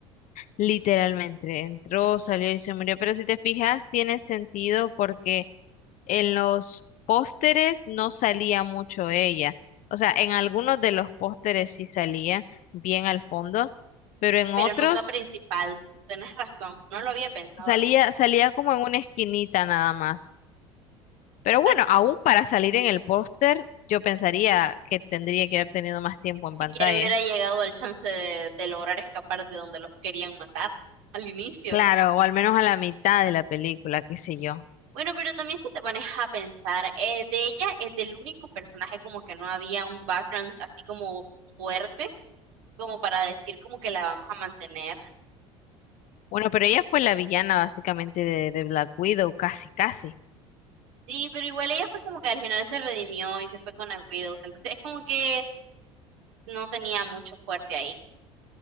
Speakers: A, on the left; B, on the right.
A: Literalmente, entró, salió y se murió. Pero si te fijas, tiene sentido porque en los pósteres no salía mucho ella. O sea, en algunos de los pósteres sí salía bien al fondo, pero en
B: Pero
A: otros
B: nunca principal, tienes razón, no lo había pensado.
A: salía, salía como en una esquinita nada más. Pero bueno,
B: Creo que
A: aún para salir en el póster, yo pensaría que tendría que haber tenido más tiempo en pantalla.
B: ni siquiera hubiera llegado al chance de, de lograr escapar de donde los querían matar al inicio.
A: Claro, o al menos a la mitad de la película, qué sé yo.
B: Bueno, pero también si te pones a pensar, eh, de ella es del único personaje como que no había un background así como fuerte, como para decir como que la vamos a mantener.
A: Bueno, pero ella fue la villana básicamente de, de Black Widow, casi, casi.
B: Sí, pero igual ella fue como que al final se redimió y se fue con la Widows. Entonces es como que no tenía mucho fuerte ahí.